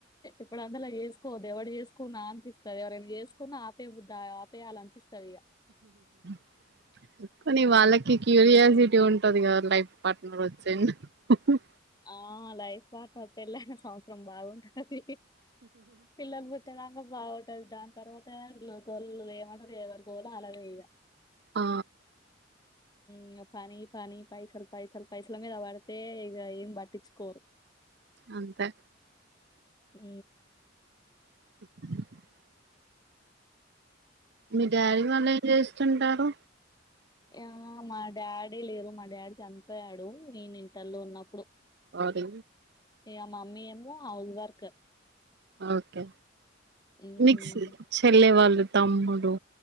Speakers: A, on the left; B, on the right.
A: ఇప్పుడు అందులా చేసుకోవద్దు ఎవరు చేసుకున్నా అనిపిస్తంది ఎవరనా చేసుకున్నా ఆపే ఆపేయి అనిపిస్తుంది ఇగ
B: <inaudible> కానీ వాళ్ళకి క్యూరియాసిటీ ఉంటది కదా లైఫ్ పార్ట్నర్ వచ్చిండు అ హ
A: ఆ లైఫ్ పార్ట్నర్ పెళ్ళైన సంవత్సరం బాగుంటది పిల్లలు పుట్టినంక బావుండదు దాని తర్వాత గోలు ఏమంటారు ఎవరు గోలు అలాదే ఈగ
B: ఆ
A: ఇగ పని పని పైసలు పైసాలు పైసల మీద పడితే ఇక ఏం పట్టించుకోరు <inaudible>
B: అంతే
A: ఉ
B: <inaudible> మీ డాడి వాళ్ళు ఏం జేస్తుంటారు
A: ఏమో మా డాడీ లేరు మా డాడీ చనిపోయాడు నేను ఇంటర్లో ఉన్నప్పుడు
B: ఏ
A: ఇగ మమ్మీ ఏమొ హౌజ్ వర్క్
B: ఓకే
A: ఉమ్
B: నిక్సు చెల్లె వాళ్ళు తమ్ముడు